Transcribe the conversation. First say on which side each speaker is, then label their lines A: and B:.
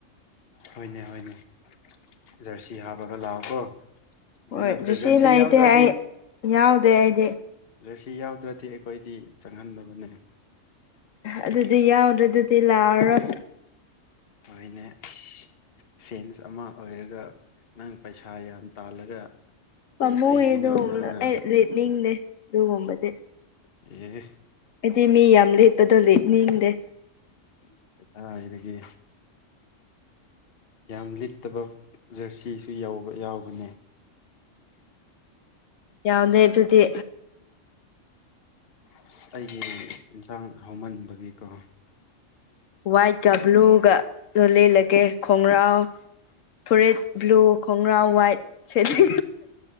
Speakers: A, on the left; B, on the left.
A: ꯍꯣꯏꯅꯦ ꯍꯣꯏꯅꯦ ꯖꯔꯁꯤ ꯍꯥꯞꯄꯒ ꯂꯥꯛꯑꯣꯀꯣ ꯑꯗꯨꯅꯠꯇ꯭ꯔ
B: ꯍꯣꯏ ꯖꯨꯁꯤ
A: ꯔꯁꯤ
B: ꯂꯩꯇꯦ
A: ꯌꯥꯎꯗꯗꯤ
B: ꯑꯩ ꯌꯥꯎꯗꯦ ꯑꯩꯗꯤ
A: ꯑꯗ ꯁꯤ ꯌꯥꯎꯗ꯭ꯔꯗꯤ ꯑꯩꯈꯣꯏꯗꯤ ꯆꯪꯍꯟꯗꯕꯅꯦ
B: ꯑꯗꯨꯗꯤ ꯌꯥꯎꯗ꯭ꯔꯦ ꯑꯗꯨꯗꯤ ꯂꯥꯛꯑꯔꯣꯏ
A: ꯍꯅꯦ ꯑ ꯐꯦꯟꯁ ꯑꯃ ꯑꯣꯏꯔꯒ ꯅꯪ ꯄꯩꯁꯥ ꯌꯥꯝ ꯇꯥꯜꯂꯒ
B: ꯄꯥꯝꯃꯨꯏ
A: ꯀꯩꯒꯤꯅꯣ
B: ꯑꯗꯨꯒꯨꯝꯕ
A: ꯅꯪꯅ
B: ꯑꯩ ꯂꯤꯠꯅꯤꯡꯗꯦ ꯑꯗꯨꯒꯨꯝꯕꯗꯤ
A: ꯎ
B: ꯍꯥꯏꯗꯤ ꯃꯤ ꯌꯥꯝ ꯂꯤꯠꯄꯗꯣ ꯂꯦꯛꯅꯤꯡꯗꯦ
A: ꯑ ꯏꯔꯒꯦ ꯌꯥꯝ ꯂꯤꯠꯇꯕ ꯖꯔꯁꯤꯁꯨ ꯌꯥ ꯌꯥꯎꯕꯅꯦ
B: ꯌꯥꯎꯅꯦ ꯑꯗꯨꯗꯤ
A: ꯑꯁ ꯑꯩꯒꯤ ꯏꯟꯁꯥꯡ ꯍꯧꯃꯟꯕꯒꯤ ꯀꯣ
B: ꯋꯥꯏꯠꯀ ꯕ꯭ꯂꯨꯒꯗ ꯂꯦꯜꯂꯒꯦ ꯈꯣꯡꯒ꯭ꯔꯥꯎ ꯐꯣꯔꯦꯠ ꯕ꯭ꯂꯨ ꯈꯣꯡꯒ꯭ꯔꯥ ꯋꯥꯏꯠ ꯁꯦꯂꯤ